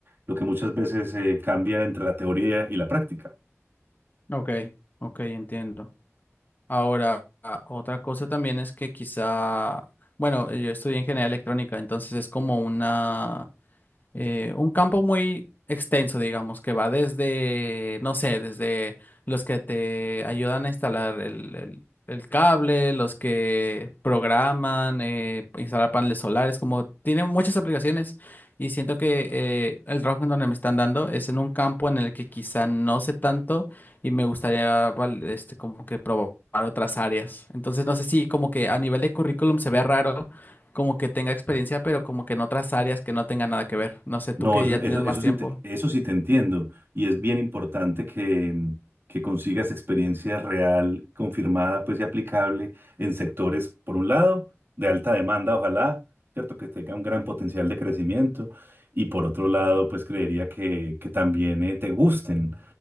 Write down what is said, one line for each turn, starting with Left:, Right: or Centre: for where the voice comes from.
Right: lo que muchas veces eh, cambia entre la teoría y la práctica.
Left: Ok, ok, entiendo. Ahora, ah, otra cosa también es que quizá, bueno, yo estudié ingeniería electrónica, entonces es como una... eh, un campo muy extenso, digamos, que va desde, no sé, desde los que te ayudan a instalar el, el- el cable, los que programan, eh, instalar paneles solares, como tiene muchas aplicaciones y siento que eh, el trabajo en donde me están dando es en un campo en el que quizá no sé tanto y me gustaría, val- este, como que probar otras áreas. Entonces, no sé si como que a nivel de currículum se ve raro como que tenga experiencia, pero como que en otras áreas que no tenga nada que ver. No sé, tú
Right: No,
Left: que
Right: eso,
Left: ya
Right: eso,
Left: tienes
Right: eso
Left: más tiempo.
Right: sí te, eso sí te entiendo. Y es
Left: Ujú,
Right: bien importante que, mm, que consigas experiencia real, confirmada, pues y aplicable en sectores, por un lado, de alta demanda, ojalá, ¿cierto? Que tenga un gran potencial de crecimiento. Y por otro lado, pues creería que, que también eh, te gusten,